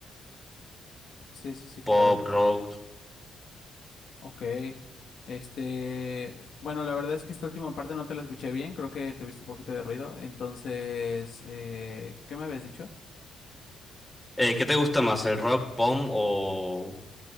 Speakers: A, on the left (about 60°); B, in the centre.
A: Sí, sí, sí, claro.
B: pop, rock.
A: Ok. Este, bueno, la verdad es que esta última parte no te la escuché bien, creo que tuviste un poquito de ruido. Entonces, eh, ¿qué me habías dicho?
B: Eh, ¿qué te gusta más, el rock, pop o